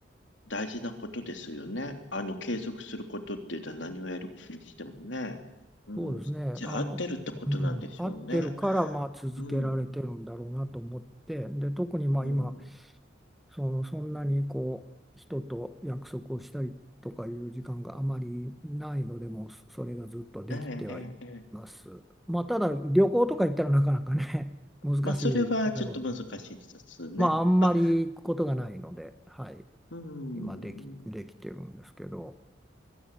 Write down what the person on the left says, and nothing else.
大事なことですよね。あの、継続することっていうのは何をやるにしてもね。うん。
じゃあ、
合ってるってことなんでしょうね。
うん。
うん。
ええ、ええ、ええ。
まあ、それはちょっと難しいですね。
あ、
うん。